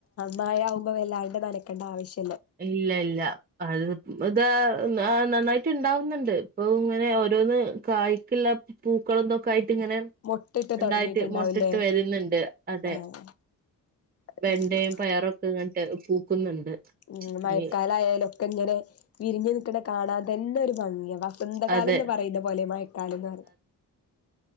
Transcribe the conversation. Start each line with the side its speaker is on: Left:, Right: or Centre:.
Left: മായയാകുമ്പോ വല്ലാണ്ട് നനക്കണ്ട ആവശ്യ
Right: ഇല്ല ഇല്ല അ ഇത് ആ നന്നായിട്ടി ണ്ടാവുന്നുണ്ട് ഇപ്പൊ ഇങ്ങനെ ഓരോന്ന് കായ്ക്കിൽ ല്ല പൂക്കളൊക്കെ കായി ഇങ്ങനെ
Left: മൊട്ടിട്ട്
Right: ഉണ്ടായിട്ട്
Left: തൊടങ്ങിയിട്ടുണ്ടാവുല്ലേ
Right: മൊട്ടിട്ട് വരുന്നുണ്ട് അതെ
Left: ആഹ് അത്
Right: വെണ്ടയും
Left: ശരി
Right: പയറൊക്കെ ഇങ്ങട്ട് പൂക്കുന്നുണ്ട്
Left: ഉ മയക്കാലയാലൊക്കെ
Right: ഇനി
Left: ഇങ്ങനെ വിരിഞ്ഞു നിക്കണ കാണാന്തന്നെ യൊരു നന്ദിയ വസന്തകാലന്ന്
Right: അതെ
Left: പറയുന്ന പോലെ മഴക്കാലന്ന്